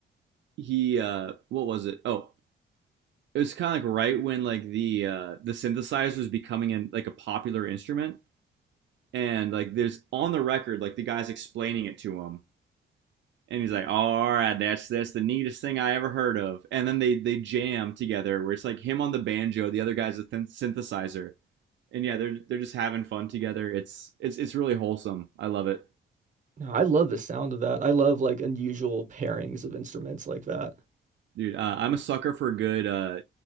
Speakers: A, on the right (about 70°); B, on the right (about 40°).
A: he uh, what was it oh it was kind of like right when like the uh the synthesizer was becoming an, like a popular instrument and like there's on the record like the guy's explaining it to him and he's like oh, all right that's that's the neatest thing i ever heard of and then they they jam together where it's like him on the banjo the other guy's a th- synthesizer and yeah they're they're just having fun together it's it's it's really wholesome i love it
B: No, I love the sound of that. I love like unusual pairings of instruments like that.
A: dude uh, i'm a sucker for a good uh